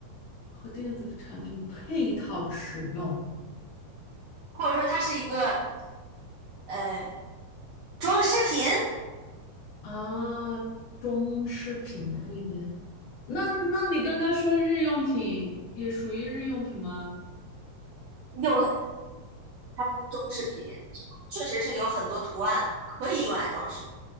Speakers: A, on the left; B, on the right.
A: 和电子产品配套使用
B: 或者说它是一个呃装饰品，
A: 啊，中饰品类的。那那你刚刚说日用品也属于日用品吗？
B: 有的它是装饰品，确实是有很多图案可以用来装饰，